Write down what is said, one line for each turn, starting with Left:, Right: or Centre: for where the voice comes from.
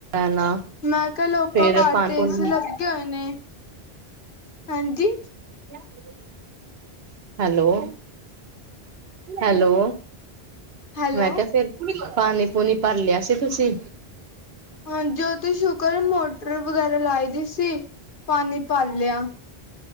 Right: ਨਾ
Left: ਮੈਂ ਕਿਹਾ ਲੋਕਾਂ
Right: ਫੇਰ
Left: ਘਰ
Right: ਪਾਣੀ,
Left: ਤੇ ਏਸੀ ਲੱਗੇ ਹੋਏ ਨੇ। ਹਾਂਜੀ,
Right: <unintelligible> ਹੈਲੋ, ਹੈਲੋ,
Left: ਹੈਲੋ
Right: ਮੈਂ ਕਿਹਾ ਫਿਰ ਪਾਣੀ ਪੂਣੀ ਭਰ ਲਿਆ ਸੀ ਤੁਸੀਂ?
Left: ਹਾਂਜੀ, ਉਹ ਤੋਂ ਸ਼ੁਕਰ ਮੋਟਰ ਵਗੈਰਾ ਲਾਈ ਦੀ ਸੀ, ਪਾਣੀ ਪਾਰ ਲਿਆ।